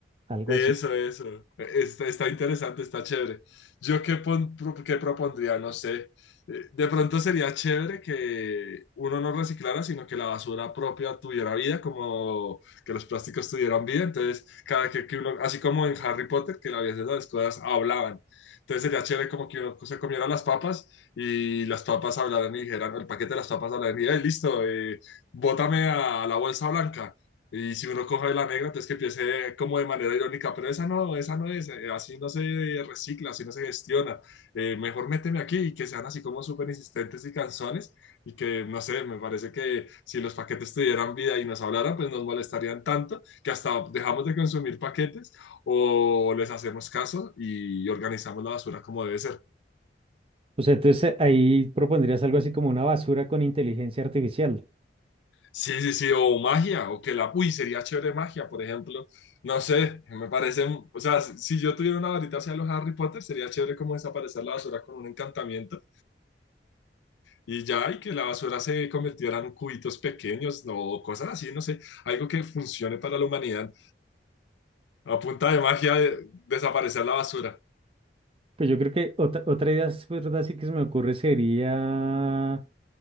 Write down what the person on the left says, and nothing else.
Eso,
eso. Está, está interesante, está chévere. Yo qué, pon- pro- qué propondría, no sé. Eh, De pronto sería chévere que uno no reciclara, sino que la basura propia tuviera vida, como que los plásticos tuvieran vida. Entonces, cada que, que uno, así como en Harry Potter, que a veces las cosas hablaban. Entonces sería chévere como que uno se comiera las papas y las papas hablaran y dijeran, el paquete de las papas hablaran y, "Eh, listo, eh, bótame a la bolsa blanca. Y si uno coge la negra, entonces que empiece como de manera irónica, pero esa no, esa no es, eh, así no se recicla, así no se gestiona, eh, mejor méteme aquí y que sean así como súper insistentes y canzones y que, no sé, me parece que si los paquetes tuvieran vida y nos hablaran, pues nos molestarían tanto que hasta dejamos de consumir paquetes o les hacemos caso y organizamos la basura como debe ser.
Sí, sí, sí, o magia, o que la... Uy, sería chévere magia, por ejemplo. No sé, me parecen... O sea, si si yo tuviera una varita hacia los Harry Potter, sería chévere como desaparecer la basura con un encantamiento y ya, y que la basura se convirtiera en cubitos pequeños, no, o cosas así, no sé, algo que funcione para la humanidad. A punta de magia, eh, desaparecer la basura.